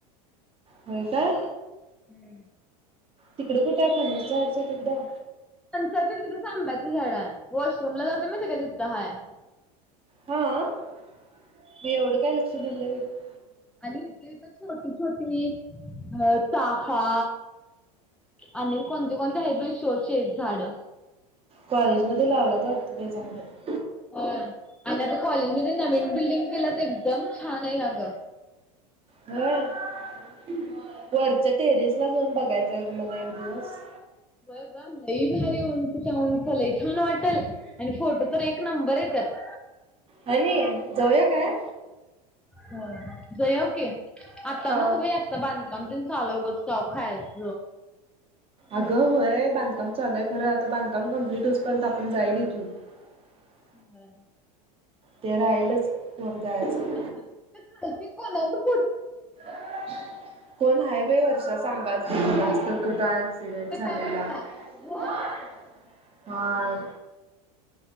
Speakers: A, on the right; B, in the centre.
A: होय काय?
B: हम्म
A: तिकडं कुठं आहे? फणसच्या झाडाच्या तिकडं
B: फणसा तिथं आंब्याचे झाड आहे वॉशरूमला जातोय माहिती हाय काय तिथ हाय.
A: हा मी एवढं काय लक्ष दिले नाही तिथ,
B: आणि इथे इथ छोटी छोटी अ चाफा, आणि कोणती कोणते हायत बाई शोचे आहेत झाडं.
A: कॉलेजमध्ये लावलेत वाटतं झाड,
B: होय आणि आता कॉलेजमध्ये नवीन बिल्डिंग केलं तर एकदम छान आहे अग.
A: होय वरच्या टेरेस ला जाऊन बघायचंय आहे मला एक दिवस,
B: होय ग लई भारी उंचच्या उंच लई छान वाटेल. आणि फोटो तर एक नंबर येतात.
A: हनी जाऊया काय,
B: हो जायूया की आता
A: हा
B: न नको बाई आधी, तिथ बांधकाम तेन चालू हाय उगाच काव खायच,
A: अगं होय बांधकाम चालूय खरं आता बांधकाम कमप्लीट होतपर्यंत आपण जाईल इथून! <unintelligible>
B: बरं,
A: ते राहिलच वर जायचं,
B: अस ते ते कोल्हापूर,
A: <unintelligible> कोण हायवे वरच्या सांगा जे कोणास तर कुठ ऍक्सिडेंट
B: ते
A: झालेला,
B: काय तर हाय होय
A: कोणमाला